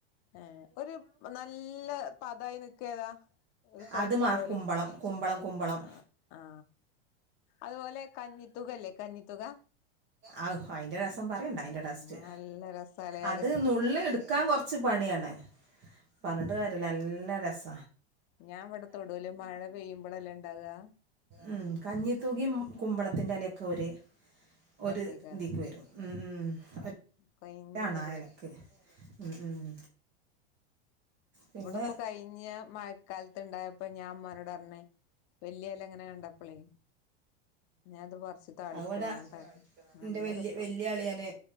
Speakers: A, on the left (about 40°); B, on the right (about 35°).
A: ഹേ ഒരു നല്ല പതായി നിക്ക ഏതാ ഒരു കൊയിച്ചില
B: അത് മാ
A: പോലെ
B: കുമ്പളം കുമ്പളം കുമ്പളം
A: അ ആ ആ അതുപോലെ കഞ്ഞിത്തുകല്ലേ കഞ്ഞിത്തുക
B: ആ അയിന്റെ രസം പറയണ്ട
A: ആഹ്
B: അയിന്റെ ടസ്റ്റ്
A: നല്ല രസാലേ
B: അത് നുള്ള് എടുക്കാൻ കൊറ കുറച്ച് പണിയാണ് പറഞ്ഞിട്ടുകാര്യമില്ല എല്ലാ രസ
A: ഞാ ഇവിടെ തൊടുവല് മഴ പെയ്യുമ്പോളല്ലാം ഇണ്ടാകുക
B: ഉം കഞ്ഞിത്തൂകി കുമ്പളത്തിന്റെ എലൊക്കെ ഒരു
A: രസേക്കാരം
B: ഒരു ഇതിക്ക് വരും ഉം ഉം
A: കൊഴിഞ്ഞിടും
B: അണാ എലക്ക് ഉം ഉം പിന്നെ
A: ഇവിടെപ്പോ കഴിഞ്ഞ മഴക്കാലത്ത്ണ്ടായപ്പോ ഞാൻ ഉമ്മാനോട് പറഞ്ഞ് വല്യ എല ഇങ്ങനെ കണ്ടപ്പളേ ഞാൻ അത് പറിച്ച് താളിക്കാണ്
B: അവിടെ
A: അങ്ങനെ താളിച്ച് നല്ല
B: എന്റെ
A: രസാ
B: വല്യ അളിയാന്